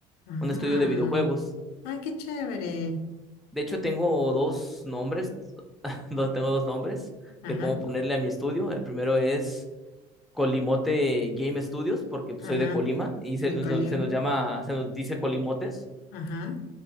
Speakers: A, on the left; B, in the centre.
A: Ah,
B: un estudio de videojuegos.
A: ah, qué chévere.
B: De hecho, tengo dos nombres, <laughs> no, tengo dos nombres
A: Ajá,
B: de cómo ponerle a mi estudio. El primero es... Colimote Game Studios, porque pues,
A: ajá,
B: soy de Colima y se,
A: Nicolín.
B: nos- se nos llama, se nos dice Colimotes,
A: Ajá.